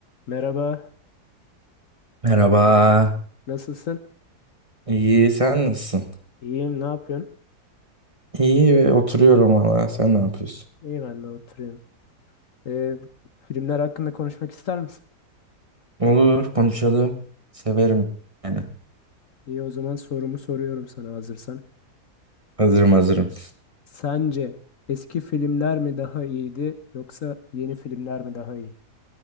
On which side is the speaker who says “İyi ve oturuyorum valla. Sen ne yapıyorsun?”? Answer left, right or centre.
Right